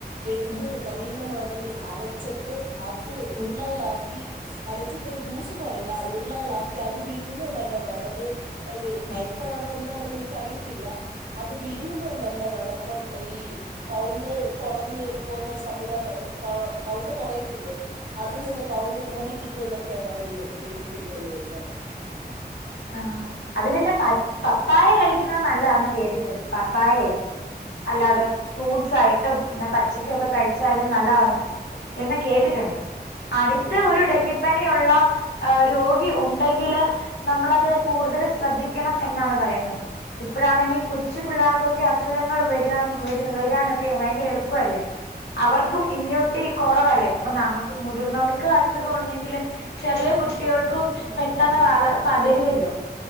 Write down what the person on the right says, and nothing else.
എടുത്ത്,
നല്ല മാതിരി, അരച്ചിട്ട്. അത്, ഉരുളകളാക്കി,
അരച്ചിട്ട് ജ്യൂസ്, പോലല്ല, ഉരുളകളാക്കി, അത്, വിഴ ന്നുന്നത്, നല്ലതാണത് കയ്പ്പാണോ,
എന്താണെന്ന്, എനിക്കറിയത്തില്ല, അത്, വിഴുങ്ങുന്നും, നല്ലതാണ് അപ്പം, ഈ കൗണ്ട് കൊറ പോന്ന, സംവിധാനം, കൗ, കൗണ്ട്, കുറയത്തില്ലേ, അതിൽ നിന്ന്, കൗണ്ട്
കൂടി, കിട്ടു ക്ക്യ, പറയുന്നത്, ഡെങ്കിപ്പനി, വന്നു, കഴിഞ്ഞാല്
ഉം
ഉം